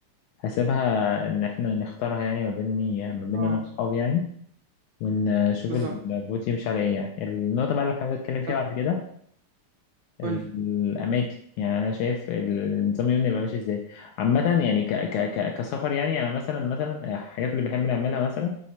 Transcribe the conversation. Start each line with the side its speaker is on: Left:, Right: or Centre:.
Left: هسيبها ان احنا نختارها يعني ما بيني ما بين
Right: اه
Left: انا واصحابي يعني ونشوف
Right: بالظبط
Left: الفوت يمشي على ايه يعني النقطة بقى اللي حابب اتكلم فيها
Right: طب
Left: بعد كده الاماكن
Right: قول لي
Left: يعني انا شايف النظام اليومي يبقى ماشي ازاي عامه يعني ك ك ك كسفر يعني انا مثلا مثلا الحاجات اللي بنحب نعملها مثلا